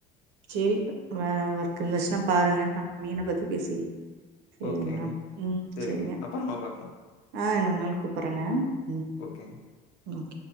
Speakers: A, on the right; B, on the left.
A: சேரி வே வொர்க் இருந்தச்சுனா பாருங்க நம்ம மீன பத்தி பேசி சேரிங்கனா
B: ஓகேங்க.
A: ம்
B: சரிங்க.
A: சேரிங்க
B: அப்புறமா பாக்கலாம்.
A: ஆ இன்னொரு நாள் கூப்புறங்க ம்
B: ஓகேங்
A: ஓகே